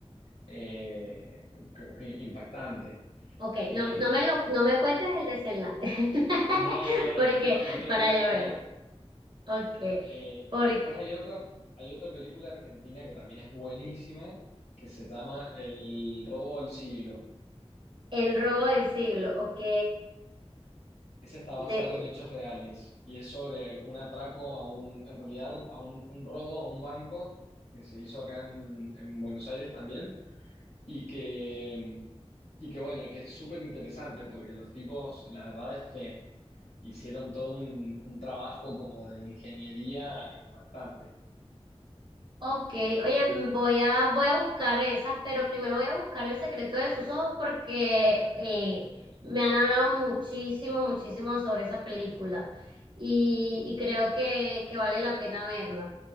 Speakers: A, on the left; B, on the right.
A: eh, que- impactante.
B: Ok,
A: Eh,
B: no, no me lo, no me cuentes el desenlace, <laughs>
A: no, no, no,
B: porque
A: no te lo, no te lo
B: para
A: quiero
B: yo
A: arruinar.
B: verlo. Ok,
A: Eh,
B: porque
A: y después hay otra, hay otra película argentina que también es buenísima, que se llama El robo del siglo.
B: el robo del siglo, ok.
A: Esa está
B: De,
A: basada en hechos reales y es sobre un atraco a un, en realidad, a un, un robo a un banco que se hizo acá en, en Buenos Aires también y que, y que bueno, que es súper interesante porque los tipos, la verdad es que hicieron todo un, un trabajo como de ingeniería impactante.
B: Ok, oye, mm, voy a, voy a buscar esas, pero primero voy a buscar el secreto de sus ojos porque eh, me han hablado muchísimo, muchísimo sobre esa película y, y creo que, que vale la pena verla.